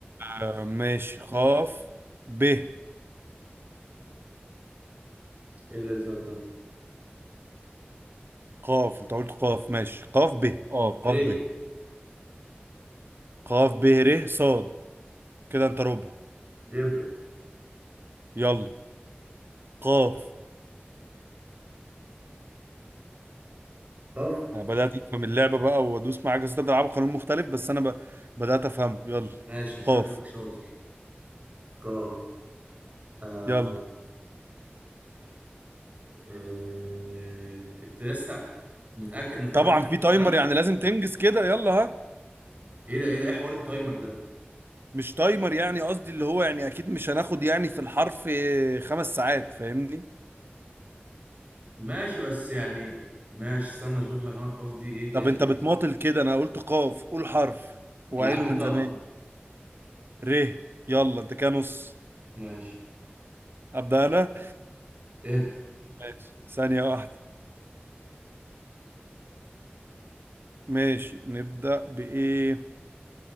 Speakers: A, on the right; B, on the right.
A: آه ماشي قاف ب
B: ايه الليزر ده
A: قاف انت قلت قاف ماشي قاف ب اه قاف
B: ر
A: ب قاف ب ر صاد كده انت ربع
B: يبدا
A: يلا قاف
B: قاف
A: أنا بدأت أفهم اللعبة بقى وأدوس معاك بس أنت بتلعبوا قانون مختلف بس أنا ب... بدأت أفهمه يلا
B: ماشي شغلك
A: قاف
B: شاطر قاف آه
A: يلا
B: إيه... انت لسه متأكد من حوار
A: طبعا
B: التايمر
A: في تايمر
B: ده
A: يعني لازم تنجز كده يلا ها
B: ايه ده ايه ده ايه حوار التايمر ده
A: مش تايمر يعني قصدي اللي هو يعني اكيد مش هناخد يعني في الحرف خمس ساعات فاهمني
B: ماشي بس يعني ماشي استنى اشوف لك انا القاف دي ايه تاني
A: طب انت بتماطل كده انا قلت قاف قول حرف وعيله
B: يا عم
A: من
B: طه
A: زمان ر يلا انت كده نص
B: ماشي
A: ابدا انا
B: إيه.
A: ماشي ثانية واحدة <clears throat> ماشي نبدأ بإيه